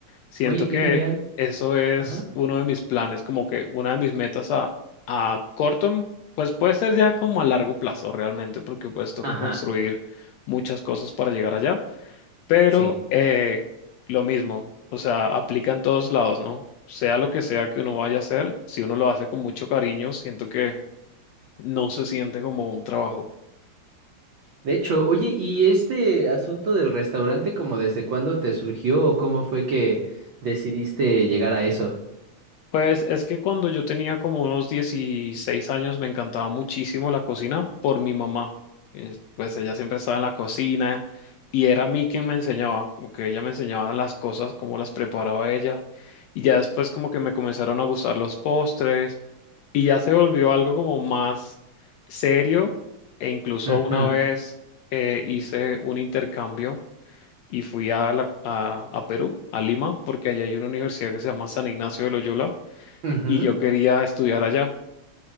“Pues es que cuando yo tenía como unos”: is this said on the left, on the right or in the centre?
Left